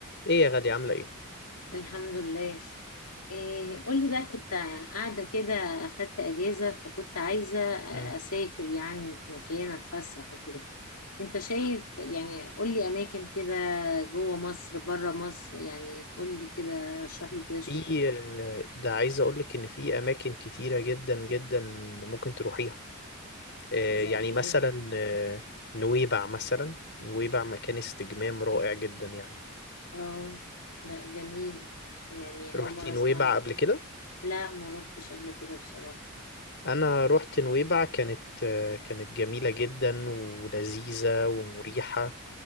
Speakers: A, on the left; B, on the left.
A: ايه يا غالي عاملة ايه؟
B: الحمد لله إيه قولي بقى كنت قاعدة كده أخدت أجازة فكنت عايزة
A: مم.
B: أسافر يعني في مكان أتفسح وكده أنت شايف يعني قولي أماكن كده جوه مصر بره مصر يعني قولي كده رشح لي كده شوية
A: في
B: أماكن
A: آه، ده عايز اقولك ان في اماكن كتيرة جدا جدا ممكن تروحيها آه،
B: زي
A: يعني
B: إيه
A: مثلا آه، نويبع مثلا نويبع مكان استجمام رائع جدا يعني
B: آه لا جميل يعني
A: روحتي
B: أول مرة
A: نويبع
B: أسمع عنه.
A: قبل كده؟
B: لا ما روحتش قبل كده بصراحة
A: انا روحت نويبع كانت آه، كانت جميلة جدا ولذيذة ومريحة